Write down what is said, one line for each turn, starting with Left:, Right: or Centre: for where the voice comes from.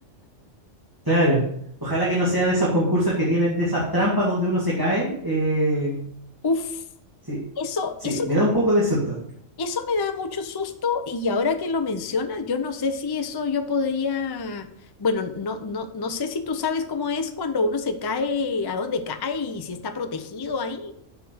Right: Claro, ojalá que no sea de esos concursos que tienen de esas trampas donde uno se cae. eh,
Left: Uf,
Right: sí,
Left: eso,
Right: sí,
Left: eso
Right: me da un poco de susto.
Left: Eso me da mucho susto y ahora que lo mencionas, yo no sé si eso yo podría, bueno, no, no, no sé si tú sabes cómo es cuando uno se cae, a dónde cae y si está protegido ahí.